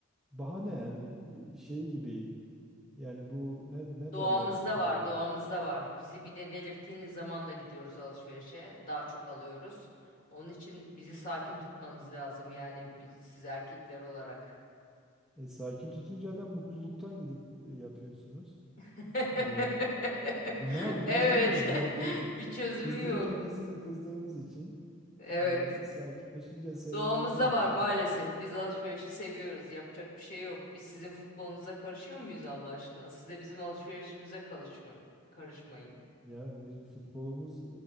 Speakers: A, in the centre; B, on the left.
A: bahane yani e, şey gibi yani bu ne ne
B: Doğamızda
A: derler?
B: var, doğamızda
A: e,
B: var. Bizi bir de delirttiğiniz zaman da gidiyoruz alışverişe. Daha çok alıyoruz. Onun için bizi sakin tutmanız lazım yani bi- siz erkekler olarak.
A: E, sakin tutunca da mutluluktan gidip e, yapıyorsunuz.
B: <laughs>
A: E, ne ne yapacağız
B: Evet.
A: bilmiyorum. Yani kız
B: <laughs> Bir çözümü
A: kızdırınca
B: yok.
A: kızı kızdığımız için,
B: Evet.
A: e, sakinleşince sevindiğimiz
B: Doğamızda
A: için.
B: var maalesef. Biz alışverişi seviyoruz. Yapacak bir şey yok. Biz sizin futbolunuza karışıyor muyuz Allah aşkına? Siz de bizim alışverişimize karışma- karışmayın.
A: Ya bizim futbolumuz